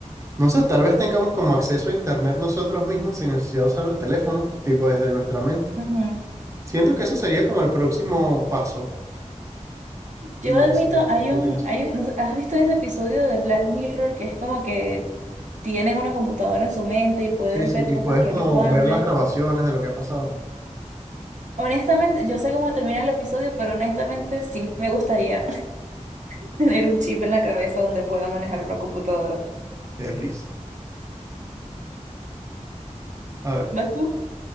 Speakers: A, on the right; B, on the right.
A: no sé, tal vez tengamos como acceso a Internet nosotros mismos sin necesidad de usar el teléfono, tipo desde nuestra mente.
B: Ujú.
A: Siento que eso sería como el próximo paso.
B: Yo
A: No
B: admito,
A: sé,
B: hay
A: ¿qué
B: un,
A: opinas
B: hay
A: tú?
B: un, no sé, ¿has visto ese episodio de Black Mirror que es como que tienen una computadora en su mente y pueden
A: Sí, sí,
B: ver
A: y
B: cosas
A: puedes
B: que
A: como
B: han visto antes?
A: ver las grabaciones de lo que ha pasado.
B: Honestamente, yo sé cómo termina el episodio, pero honestamente sí me gustaría <laughs> tener un chip en la cabeza donde pueda manejar una computadora.
A: Qué risa. A ver,
B: ¿Vas tú?